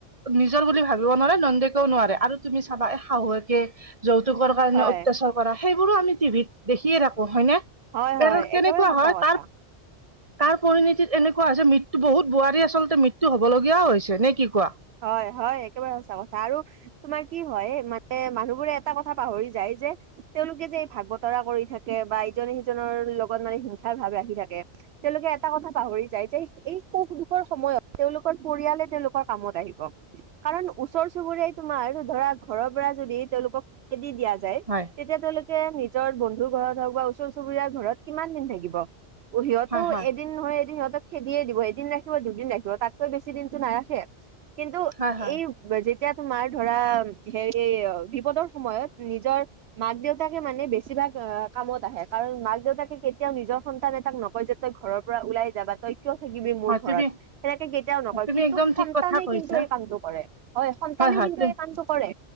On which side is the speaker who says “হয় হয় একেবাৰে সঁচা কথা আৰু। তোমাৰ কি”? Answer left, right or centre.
Right